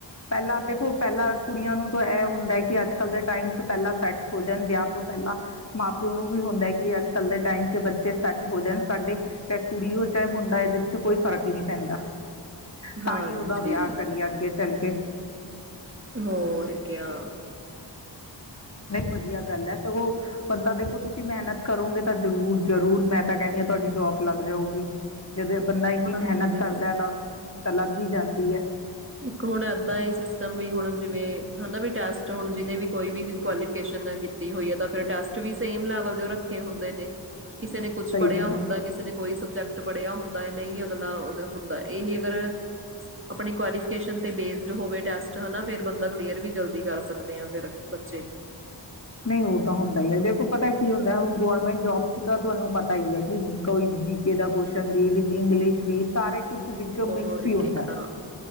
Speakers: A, on the left; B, on the right.
A: ਪਹਿਲਾਂ ਦੇਖੋ ਪਹਿਲਾਂ ਕੁੜੀਆਂ ਨੂੰ ਤਾਂ ਇਹ ਹੁੰਦਾ ਕਿ ਅੱਜ ਕੱਲ ਦੇ ਟਾਈਮ ਪਹਿਲਾਂ ਸੈੱਟ ਹੋ ਜਾਣ ਵਿਆਹ ਤੋਂ ਪਹਿਲਾਂ ਮਾਂ ਪਿਓ ਨੂੰ ਵੀ ਹੁੰਦਾ ਕਿ ਅੱਜ ਕੱਲ ਦੇ ਟਾਈਮ ਚ ਬੱਚੇ ਸੈੱਟ ਹੋ ਜਾਣ ਸਾਡੇ ਚਾਹੇ ਕੁੜੀ ਹੋ ਚਾਹੇ ਮੁੰਡ ਇਹਦੇ ਚ ਕੋਈ ਫ਼ਰਕ ਹੀ ਨਹੀਂ ਪੈਂਦਾ।
B: ਹਾਂਜੀ
A: ਤਾਂ ਹੀ ਉਹਦਾ ਵਿਆਹ ਕਰੀਏ ਅੱਗੇ ਚੱਲ ਕੇ
B: ਹੋਰ ਕਿਆ।
A: ਨਹੀਂ ਵਧੀਆ ਗੱਲ ਹੈ ਸਗੋਂ ਬੰਦਾ ਦੇਖੋ ਤੁਸੀਂ ਮਿਹਨਤ ਕਰੋਗੇ ਤਾਂ ਜ਼ਰੂਰ ਜ਼ਰੂਰ ਮੈਂ ਤਾਂ ਕਹਿੰਦੀ ਹਾਂ ਤੁਹਾਡੀ ਜੋਬ ਲੱਗ ਜਾਊਗੀ। ਜਦੋਂ ਬੰਦਾ ਇੰਨੀ
B: ਹਾਂਜੀ।
A: ਮਿਹਨਤ ਕਰਦਾ ਤਾਂ ਤਾਂ ਲੱਗ ਹੀ ਜਾਂਦੀ ਹੈ।
B: ਇੱਕ ਹੁਣ ਏਦਾਂ ਹੀ ਸਿਸਟਮ ਵੀ ਹੁਣ ਜਿਵੇਂ ਹੁੰਦਾ ਮ ਟੈਸਟ ਹੁਣ ਜਿਹਨੇ ਵੀ ਕੋਈ ਵੀ ਕੁਆਲੀਫਿਕੇਸ਼ਨ ਕੀਤੀ ਹੋਈ ਹੈ। ਤਾਂ ਫਿਰ ਟੈਸਟ ਵੀ ਸੇਮ ਲੈਵਲ ਦੇ ਉਹ ਰੱਖੇ ਹੁੰਦੇ ਨੇ। ਕਿਸੇ ਨੇ ਕੁਛ
A: ਸਹੀ
B: ਪੜ੍ਹਿਆ
A: ਗੱਲ ਹੈ
B: ਹੁੰਦਾ। ਕਿਸੇ ਨੇ ਕੋਈ ਸਬਜੈਕਟ ਪੜਿਆ ਹੁੰਦਾ ਨਹੀਂ ਅਗਲਾ ਉਹ ਹੁੰਦਾ ਇਹੀ ਅਗਰ ਆਪਣੀ ਕੁਆਲੀਫ ਤੇ ਬੇਸਡ ਹੋਵੇ ਟੈਸਟ ਹਨਾ ਫੇਿਰ ਬੰਦਾ ਕਲੀਅਰ ਵੀ ਜਲਦੀ ਕਰ ਸਕਦੇ ਹਾਂ ਫਿਰ ਬੱਚੇ
A: ਨਹੀਂ ਉਹ ਤਾਂ ਹੁੰਦਾ ਹ ਹੈ। ਦੇਖੋ ਪਤਾ ਕੀ ਹੁੰਦਾ ਹੁਣ ਗੌਰਮੈਂਟ ਜੋਬ ਚ ਤਾਂ ਤੁਹਾਨੂੰ ਪਤਾ ਹੀ ਹੈ। ਕਿ ਕੋਈ ਜੀ ਕੇ ਦਾ ਕੁਸ਼ਚਨ ਵੀ ਵਿੱਚ ਇੰਗਲਿਸ਼ ਵੀ ਸਾਰੇ ਕੁਛ ਵਿੱਚੋਂ ਮਿਕਸ
B: ਹੋਰ
A: ਹੀ ਹੁੰਦਾ
B: ਕਿਆ